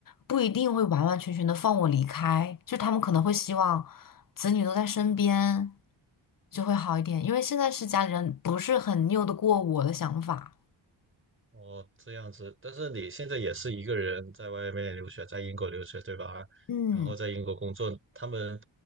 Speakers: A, on the left; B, on the right.
A: 不一定会完完全全的放我离开，就他们可能会希望子女都在身边，就会好一点。因为现在是家里人不是很拗得过我的想法。
B: 哦，这样子。但是你现在也是一个人在外面留学，在英国留学，对吧？
A: 嗯。
B: 然后在英国工作，他们